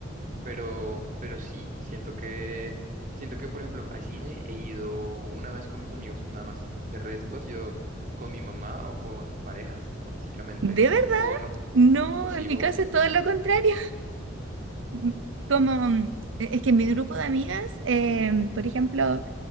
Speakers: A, on the right; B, on the right.
A: Pero, pero sí, siento que, siento que, por ejemplo, a cine he ido una vez con mis amigos, nada más. De restos, yo con mi mamá o con parejas, básicamente.
B: ¿De verdad?
A: O bueno,
B: No,
A: posible.
B: en mi caso es todo lo contrario. Mm, Como, mm, e-, es que en mi grupo de amigas, eh, por ejemplo,